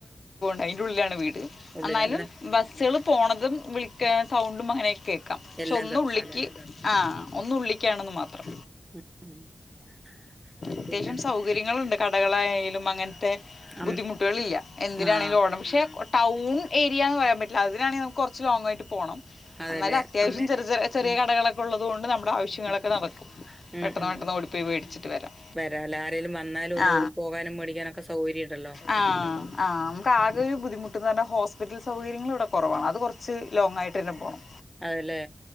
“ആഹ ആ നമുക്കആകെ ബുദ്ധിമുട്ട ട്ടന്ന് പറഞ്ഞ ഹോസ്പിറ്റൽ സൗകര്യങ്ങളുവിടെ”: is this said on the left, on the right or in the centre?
Left